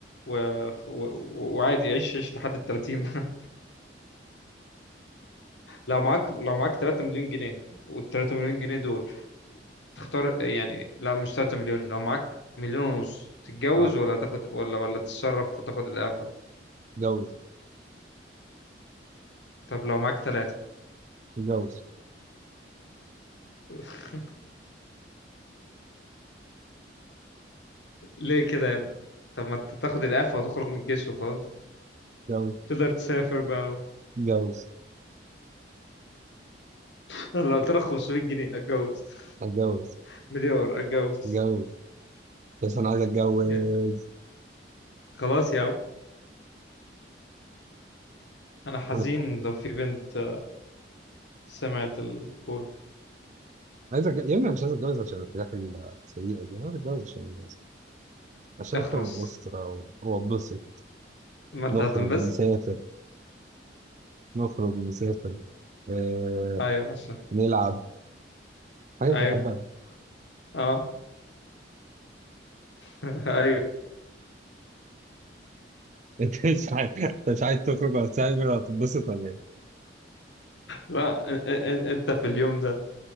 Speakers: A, on the left (about 80°); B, on the right (about 40°).
A: و... و... وعادي عيش عيش لحد ال 30 <laughs> لو معاك لو معاك 3 مليون جنيه وال 3 مليون جنيه دول تختار يعني لا مش 3 مليون لو معاك مليون ونص تتجوز
B: اه
A: ولا تاخد ولا ولا تتصرف وتاخد الإعفاء
B: اتجوز
A: طب لو معاك 3
B: اتجوز
A: <laughs> ليه كده يا ابني طب ما انت تاخد الإعفاء وتخرج من الجيش وخلاص
B: اتجوز
A: تقدر تسافر بقى
B: اتجوز
A: <laughs> لو قلت لك 500 جنيه اتجوز
B: اتجوز
A: <laughs> مليار اتجوز
B: اتجوز بس انا عايز اتجوز
A: يعني خلاص يا عم انا حزين
B: انا
A: لو في بنت سمعت الكول
B: عايز أتج... يا ابني أنا مش عايز اتجوز عشان الحاجات السيئه دي انا عايز اتجوز عشان عشان
A: اخرس
B: اكون اسره واتبسط
A: ما انت
B: نخرج
A: هتنبسط
B: نسافر نخرج نسافر آه...
A: ايوه عشان
B: نلعب حاجات
A: ايوه
B: دي بحبها
A: اه <laughs> ايوه
B: <laughs> انت مش عايز أنت مش عايز تخرج ولا تسافر ولا تتبسط ولا
A: لا إن- إن- انت في اليوم ده